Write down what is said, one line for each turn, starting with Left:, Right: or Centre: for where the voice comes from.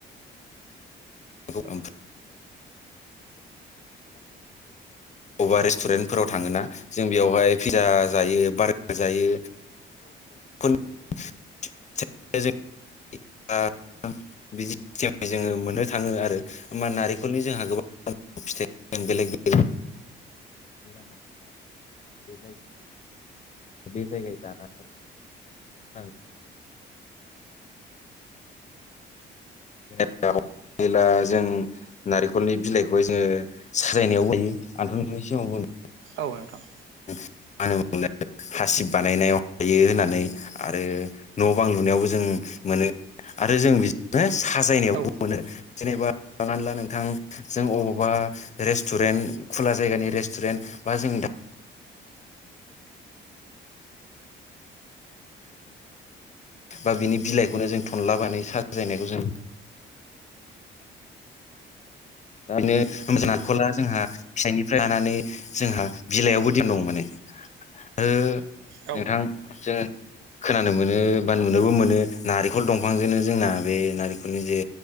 Left: <unintelligible> बबेबा रेस्टुरेन्टफोराव थांङोना जों बेयावहाय पिज्जा जायो बारगार जायो <unintelligible> <unintelligible> बिदि सिगांनिफ्राय जोंङो मोननो थाङो आरो होमबा नारेंखलनि जोंहा गोबां फिथाइ बेलेग-बेलेग <unintelligible> बे जायगायाव जाना नै ओं <unintelligible> जेला जों नारेंखलनि बिलाइखौहाय जोंङो साजायनायाव होयो आरो नोंथांनि सिगाङाव बुंदों
Right: औ नोंथां
Left: <unintelligible> हासिब बानायनायाव हायो होननानै आरो न'बां लुनायावबो जों मोनो आरो जों बिदिनो साजायनायावबो
Right: औ नोंथां औ
Left: मोनो जेनेबा हमनानै ला नोंथां जों अबावबा रेस्टुरेन्ट खुला जायगानि रेस्टुरेन्ट बा जों दा बा बिनि बिलाइखौनो जों थनला बानाय साजायनायखौ जों दा बिनो जोंहा नारिखला जोंहा फिसाइनिफ्राय लानानै जोंहा बिलाइआवबो दिन दं माने ओ
Right: औ
Left: नोंथां जों खोनानो मोनो बा नुनोबो मोनो नारेंखल दंफांजोंनो जोंना बे नारेंखलनि जे